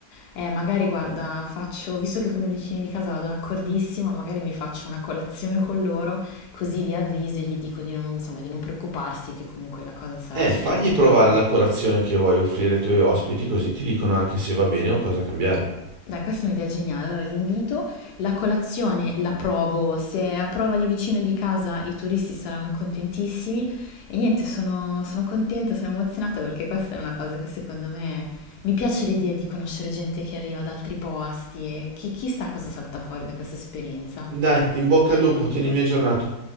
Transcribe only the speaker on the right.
Eh,
fagli
provare la colazione che vuoi offrire ai tuoi ospiti, così ti dicono anche se va bene o cosa cambiare.
Dai, in bocca al lupo, tienimi aggiornato.